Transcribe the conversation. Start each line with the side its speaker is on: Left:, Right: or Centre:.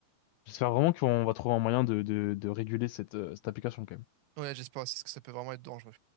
Left: J'espère vraiment qu'on va trouver un moyen de de, de réguler cette euh, cette application quand même.
Right: Ouais, j'espère aussi parce que ça peut vraiment être dangereux.